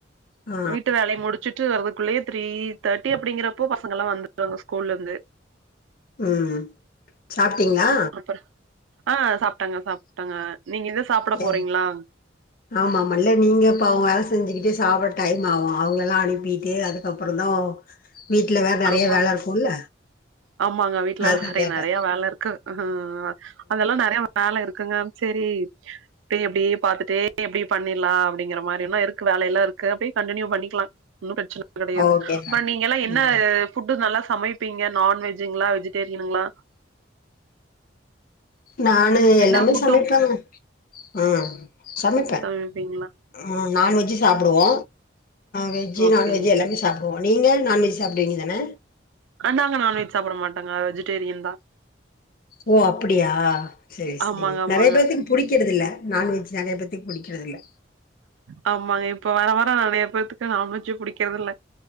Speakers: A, on the left; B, on the right.
A: ஆ
B: வீட்டு வேலைய முடிச்சுட்டு வரதுக்குள்ளயே த்ரீ தேர்ட்டி அப்படிங்கறப்போ பசங்கல்லா வந்து வாங்க ஸ்கூல்ல இருந்து
A: ம் சாப்ட்டீங்களா
B: ப்புற ஆ சாப்ட்டாங்க சாப்ட்டங்க நீங்க இது சாப்ட
A: இல்ல
B: போறீங்களா
A: ஆமா ஆமா இல்ல நீங்க இப்ப பாவோ வேல செஞ்சுக்கிட்டு சாப்பட டைம் ஆகு அவங்கள எல்லா அனுப்பிட்டு அதுக்கப்பறோ தா வீட்ல வேற நறைய
B: ஆமா.
A: வேல இருக்குல்ல
B: ஆமாங்க வீட்ல
A: அதா
B: எல்லா நறைய
A: கேட்டே
B: நறைய வேல இருக்கு ம் ம் அதெல்லா நறைய வேல இருக்குங்க சேரி அப்டே அப்டே பாத்துட்டே அப்டே பண்ணிடலா‌ அப்டிங்கிற மாரிலா இருக்கு வேல எல்லா இருக்கு அப்டியே கண்டினியூ பண்ணிக்கலா ஒன்னு பிரச்சன கடையாது
A: ஓகே
B: அப்புறோ
A: மேடம்
B: நீங்க எல்லா என்
A: ம்
B: ன ஃபுட்டு் நல்லா சமைப்பீங்க நான்வெஜுங்களா வெஜிடேரியனுங்களா
A: நானு
B: என்ன
A: எல்லாமே
B: ஃபுட்டு
A: சமைப்பங்க ம் சமைப்ப
B: அப்டீங்ளா
A: ம் நாானவெஜ்ஜு சாப்பிடுவோ வெஜ்ஜு
B: ஓகே
A: நான்வெஜ்ஜு எல்லாருமே சாப்பு ஓ நீங்க நான்வெஜ் சாப்டுவீங்க தான
B: அ நாங்க நான்வெஜ் சாப்பட மாட்டங்க வெஜிடேரியன் தா
A: ஓ அப்பிடியா செரி செரி
B: ஆமாங்க ஆமாங்க
A: நறையா பேத்துக்கு புடிக்கிறதுதில்ல நான்வெஜ் நறைய பேத்துக்கு புடிக்கறதுதில்ல
B: ஆமாங்க இப்ப வர வர நறைய பேத்துக்கு நான்வெஜ்ஜே புடிக்கிறதில்ல